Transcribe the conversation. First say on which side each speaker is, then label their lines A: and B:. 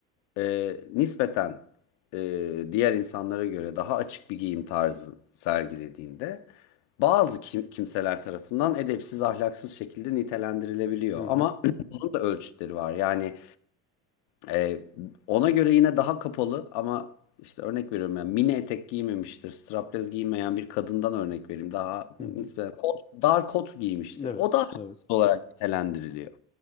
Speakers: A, on the left; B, on the left.
A: e, nispeten e, diğer insanlara göre daha açık bir giyim tarzı sergilediğinde bazı kim- kimseler tarafından edepsiz, ahlaksız şekilde nitelendirilebiliyor.
B: Hı
A: Ama
B: hı,
A: <clears throat> bunun da ölçütleri var. Yani Ee, ona göre yine daha kapalı ama işte örnek veriyorum yani mini etek giymemiştir. Strapless giymeyen bir kadından örnek vereyim. Daha
B: hı
A: nispeten
B: hı.
A: kot, dar kot giymiştir.
B: Evet,
A: O da artist
B: evet.
A: olarak nitelendiriliyor.